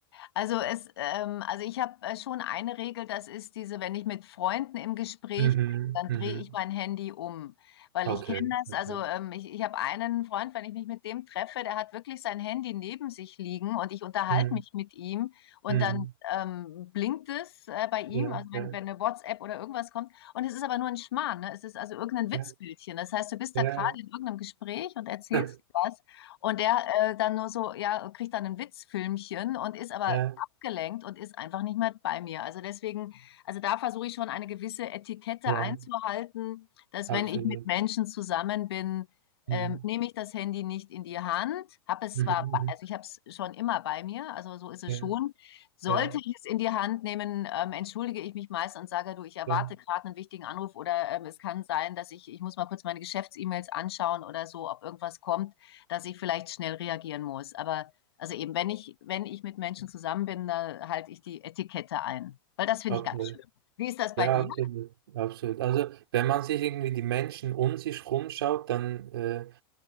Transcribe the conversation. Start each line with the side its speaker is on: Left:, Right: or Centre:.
Left: Also es, ähm, also ich habe äh, schon eine Regel, das ist diese, wenn ich mit Freunden im Gespräch
Right: Mhm,
Left: bin, dann
Right: mhm.
Left: drehe ich mein Handy um. Weil
Right: Okay,
Left: ich kenne das,
Right: okay.
Left: also ähm, ich, ich habe einen Freund, wenn ich mich mit dem treffe, der hat wirklich sein Handy neben sich liegen und ich unterhalte
Right: Mhm,
Left: mich mit ihm und
Right: mhm.
Left: dann ähm, blinkt es äh, bei ihm,
Right: Ja,
Left: also wenn,
Right: ja,
Left: wenn eine WhatsApp oder irgendwas kommt. Und es ist aber nur ein Schmarrn, ne? Es ist also irgendein Witzbildchen.
Right: ja,
Left: Das heißt, du bist
Right: ja,
Left: da gerade in irgendeinem Gespräch und erzählst
Right: ja,
Left: was. Und der äh, dann nur so, ja, kriegt dann ein Witzfilmchen und ist aber
Right: <laughs> ja,
Left: abgelenkt und ist einfach nicht mehr bei mir. Also deswegen, also da versuche ich schon eine gewisse Etikette
Right: ja,
Left: einzuhalten, dass
Right: absolut.
Left: wenn ich mit Menschen zusammen bin,
Right: Mhm,
Left: ähm, nehme ich das Handy nicht in die Hand, habe es
Right: mhm,
Left: zwar,
Right: mhm.
Left: bei- also ich habe es schon immer bei mir, also so ist es
Right: Ja,
Left: schon. Sollte
Right: ja,
Left: ich es in die Hand nehmen, ähm, entschuldige ich mich meist und sage, du, ich erwarte
Right: ja,
Left: gerade einen wichtigen Anruf oder ähm, es kann sein, dass ich, ich muss mal kurz meine Geschäfts-E-Mails anschauen oder so, ob irgendwas kommt, dass ich vielleicht schnell reagieren muss. Aber also eben, wenn ich, wenn ich mit Menschen zusammen bin, da halte ich die Etikette ein. Weil das finde
Right: okay.
Left: ich ganz schlimm. Wie ist das bei
Right: Ja,
Left: dir?
Right: absolut, absolut. Also, wenn man sich irgendwie die Menschen um sich rumschaut, dann äh,